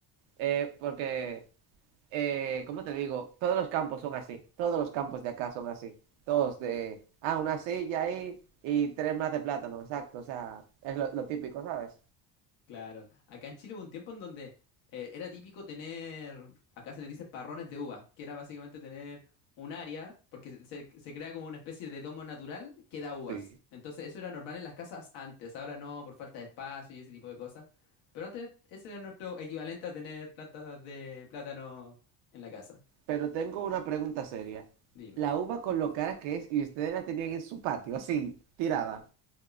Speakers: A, on the right; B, on the left.
A: Eh, porque, eh, ¿cómo te digo? Todos los campos son así, todos los campos de acá son así, todos de, ah, una silla ahí y tres más de plátano, exacto, o sea, es lo, lo típico, ¿sabes?
B: Claro. Acá en Chile hubo un tiempo en donde eh, era típico tener, acá se le dice parrones de uva, que era básicamente tener un área, porque se, se crea como una especie de domo natural que da uvas.
A: Sí.
B: Entonces eso era normal en las casas antes, ahora no, por falta de espacio y ese tipo de cosas. Pero antes ese era nuestro equivalente a tener plantas de plátano en la casa.
A: Pero tengo una pregunta seria.
B: Dime.
A: La uva con lo cara que es y ustedes la tenían en su patio, así, tirada.